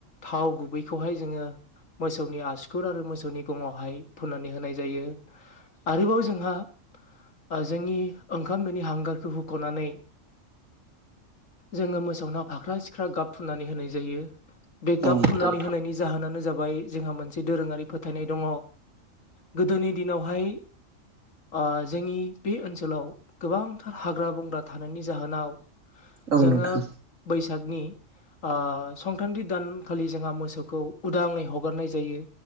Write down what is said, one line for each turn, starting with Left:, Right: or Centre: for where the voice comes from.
Left: थाव गुबैखौहाय जोङो मोसौनि आसुखुर आरो मोसौनि गङावहाय फुननानै होनाय जायो। आरोबाव जोंहा ओ जोंनि ओंखाम दोनि हांगारखौ हुख'नानै जोङो मोसौनाव फाख्रा-सिख्रा गाब फुननानै होनाय जायो बे
Right: औ
Left: गाब
Right: औ
Left: फुननानै
Right: नोंथां
Left: होनायनि जाहोनानो जाबाय जोंहा मोनसे दोरोङारि फोथायनाय दङ। गोदोनि दिनावहाय ओ जोंनि बे ओनसोलाव गोबांथार हाग्रा-बंग्रा थानायनि जाहोनाव
Right: औ नोंथां औ नोंथां औ
Left: जोङो
Right: नोंथां
Left: बैसागनि ओ संख्रांथि दान खालि जोंहा मोसौखौ उदाङै हगारनाय जायो।